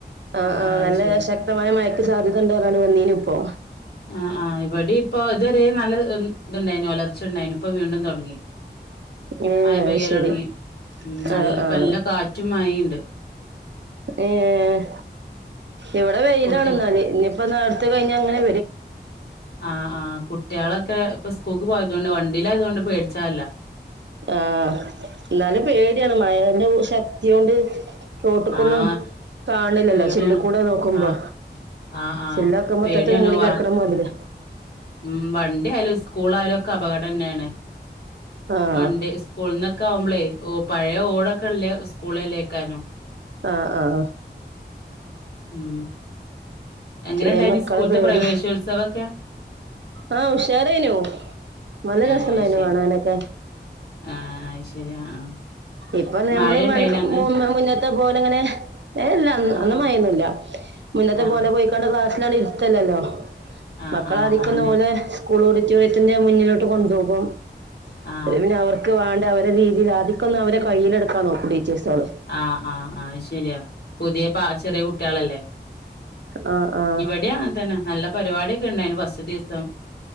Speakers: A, on the right (about 85°); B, on the left (about 65°).
A: ആഹ്
B: ആ
A: ആഹ്
B: ആ അത്
A: നല്ല
B: ശരി
A: ശക്തമായ മഴക്ക് സാധ്യത ഇണ്ട് പറഞ്ഞാണ്ട് വന്നീനു ഇപ്പോ
B: ആഹ് ആഹ് ഇവിടിഇപ്പൊ ഇത്വരെ നല്ല ഉം ഇതു ഇണ്ടായ്നു വളർച്ച ഉണ്ടായിനു ഇപ്പൊ വീണ്ടും തൊടങ്ങി
A: ഏഹ്
B: മഴപെയ്യലൊടങ്ങി
A: അത് ശരി
B: ഉം നല്ലഇപ്പാ
A: ആഹ് ആഹ്
B: നല്ല കാറ്റും മഴിണ്ട്
A: ഏഹ് ഇവിടെ വെയിലാണെഹാല്
B: കുട്ടിയ
A: ഇഞ്പ്പന്ന അടുത്ത കഴിഞ്ഞ ഇങ്ങനെ
B: ആഹ് ആഹ് കുട്ട്യാളൊക്കെ ഇപ്പ സ്കൂക്ക് പോയതോണ്ട് വണ്ടിയിലായതുകൊണ്ട് പേടിചാല്ലാ
A: ആഹ് ഇന്നാലും പേടിയാണ് മഴേന്റെ ശക്തിയോണ്ട് റോട്ട്ക്കൊന്നും
B: ആഹ്
A: കാണില്ലല്ലോ
B: പേടിയാണ്
A: ചില്ല്കൂടെ നോക്കുമ്പോ
B: ആഹ് ആഹ് ആഹ്
A: ചില്ലൊക്കെ മൊത്തത്തിൽ
B: പേടിയാണ്
A: മൂടി
B: വാ
A: കടക്കുന്ന മാതില്
B: ഉം വണ്ടി ആയാലും സ്കൂള് യാലും ഒക്കെ അപകടന്നെണ്
A: ആഹ്
B: വണ്ടി സ്കൂള്ന്നൊക്കെ ആവുമ്പോളേയ് ഓ പഴയ ഓടൊക്കല്ലേ സ്കൂളല്ലേക്കാരം
A: ആഹ് ആഹ്
B: ഉം എങ്ങനെ
A: ചെറിയ
B: ഇണ്ടായിനി
A: മക്കളെ
B: സ്കൂൾത്തെ
A: പേടി
B: പ്രവേശോത്സവൊക്കെ
A: ആഹ് ഉഷാരായിനു നല്ല
B: ഏഹ്
A: രസണ്ടായിനു
B: അത് ശരി
A: കാണാനൊക്കെ
B: ആഹ് അയ്ശെരി ആഹ്
A: ഇപ്പൊ നമ്മള്
B: മഴ ഇണ്ടായിനോ
A: മൺ
B: അന്ന്
A: മുന്നാമിന ത്തെ പോലെ ഇങ്ങനെ ഏഹ്
B: ആഹ്
A: അന്നു മയയൊന്നുല്ല
B: ആഹ്
A: മുന്നത്തെ
B: ആഹ്
A: പോലെ പോയി കൊണ്ട് ക്ലാസ്സില് അങ്ങട് ഇരുത്തല്ലല്ലോ
B: ആഹ്
A: മക്കളാതിക്കുന്ന
B: ആഹ് അന്നെ
A: പോലെ സ്കൂൾ ഓഡിറ്റോറിയത്തിന്റെ മുന്നിലോട്ട് കൊണ്ടുപോകും
B: ആഹ്
A: പിന്നെ അവർക്ക് വേണ്ട അവരെ രീതിയിൽ ആദ്യ ഇപ്പെല്ലാം അവരെ കയ്യിലെടുക്കാ നോക്കും ടീച്ചേഴ്സോള്
B: ആഹ് ആഹ് ആഹ് അത് ശെരിയാ പുതിയ പ ചെറിയ കുട്ടികളല്ലേ
A: ആഹ് ആഹ്
B: ഇവിടെയാങ്ങനെ തന്നെ നല്ല പരിപാടിയൊക്കെ ഉണ്ടായിന് ഫസ് ദിവസം